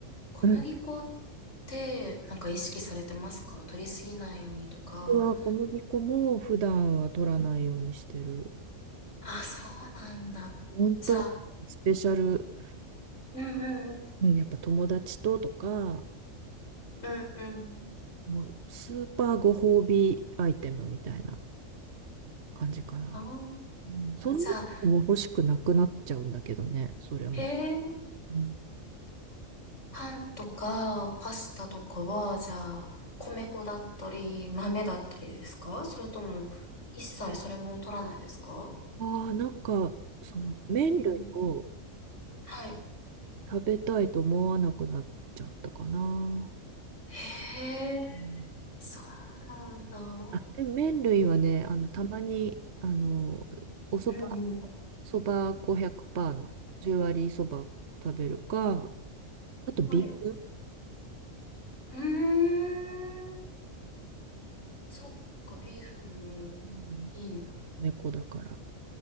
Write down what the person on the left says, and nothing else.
小麦粉っ
て、なんか意識されてますか取りすぎないようにとか。
あ、そうなんだ。
じゃあ、うんうん
うんうんうん
あー
あ、じゃあ、
へえ、
パンとかパスタとかは、じゃあ、米粉だったり、豆だったりですかそれとも、一切それも取らないですか
うんはい。
へえ、
そうなんだ。う
んうん。
はい。うーん。そっか、ビーフンもいいんだ。